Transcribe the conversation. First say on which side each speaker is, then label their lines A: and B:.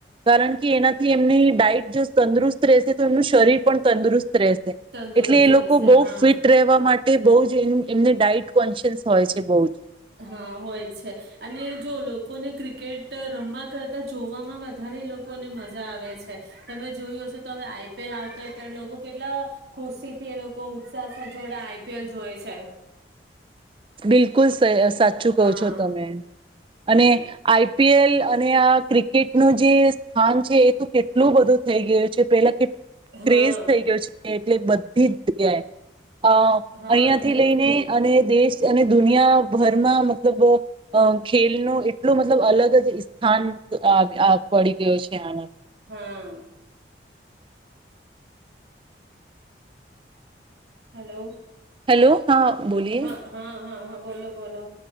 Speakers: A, on the right; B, on the right.
A: કારણ કે એનાથી એમની ડાઈટ જો તંદરુસ્ત રહેશે તો એમનું શરીર પણ તંદુસ્ત રહેશે
B: તંદુરસ્ત
A: એટલે એ
B: રહેશે
A: લોકો બહ
B: હા
A: ફિટ રહેવા માટે એ બહુ જ એ એમને ડાયટ કોન્શિયસ હોય છે. બઉજ
B: હા હોય છે અને જો લોકોને ક્રિકેટ રમવા કરતા જોવામાં વધારે એ લોકોને મજા આવે છે, તમે જોય હશે તો હવે આઈ પી એલ આવતો હોયત્યારે લોકો કેટલા ખુશીથી એ લોકો ઉત્સાહ સાથે જોડે આઈ પી એલ જોય છે.
A: બિલકુલ ત સાચું
B: હા
A: કહો છો, તમે
B: હમ
A: અને આઈ પી એલ અને આ ક્રિકેટ નું જે સ્થાન છે, એ તો કેટલું બધું થઈ ગયું છે પેલા કેટ
B: હા
A: ક્રેઝ થઈ ગયો છે... એટલે બધી જ જગ્યાએ અ
B: હા
A: અહંથી
B: થઈ
A: લઈને અને દેશ અને દુનિયાભરમાં મતલબ અ ખેલ ન એટલું મતલબ અલગ જ સ્થાન અ અ પડી ગયો છે. આના
B: હા. Hello
A: hello. હા બોલીએ
B: હા હા હા હા બોલો. બોલો.